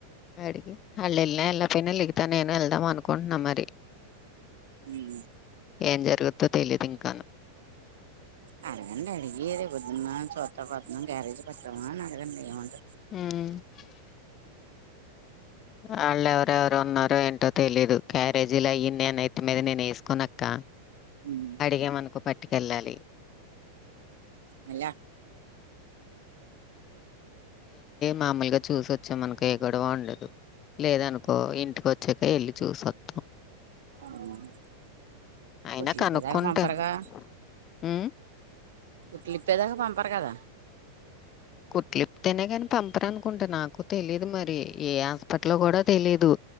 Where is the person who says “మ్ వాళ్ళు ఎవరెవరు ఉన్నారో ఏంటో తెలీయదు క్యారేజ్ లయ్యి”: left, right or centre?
Left